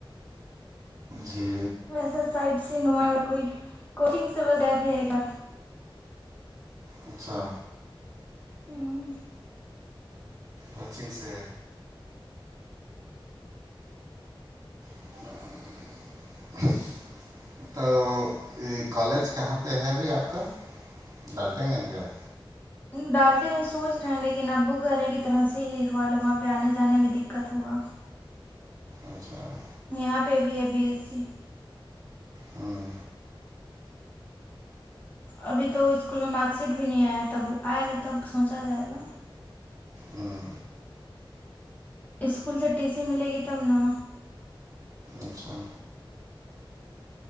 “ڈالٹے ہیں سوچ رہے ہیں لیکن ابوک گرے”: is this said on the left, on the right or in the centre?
Left